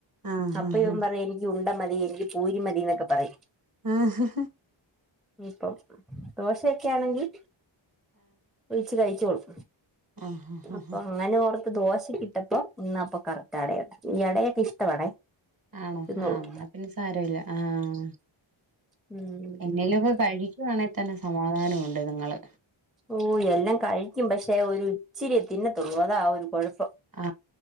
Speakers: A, on the right; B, in the centre.
A: ആഹാ
B: അപ്പ
A: ഹാ
B: ഇവൻ പറയും എനിക്കു പൾണ്ട മതി അല്ലങ്കിൽ പൂരിമതി എന്നൊക്കെ പറയും
A: ആഹ്
B: ഇപ്പൊ ദോശയൊക്കെ ആണെങ്കി ഒയിച്ച് കഴിച്ചോളും
A: ആഹ്
B: അപ്പൊ അങ്ങനെ ഓർക്ക്‌ ദോശ ഇട്ടപ്പോ എന്ന അപ്പൊ കറക്റ്റ് അട ഈ അടയൊക്കെ ഇഷ്ടമാണേ
A: ആണോ
B: തിന്നോളും
A: ആ പിന്നെ സാരല്ല ആഹ്
B: ഉം
A: എന്തേലുംഒക്കെ കഴിക്കുവാണെ തന്നെ സമാധാനമുണ്ട് നിങ്ങള്
B: ഓ എല്ലാം കയി ക്കും പക്ഷെ ഒരു ഇച്ചിരി തിന്ന അതാ ഒരു കൊഴപ്പം
A: ആ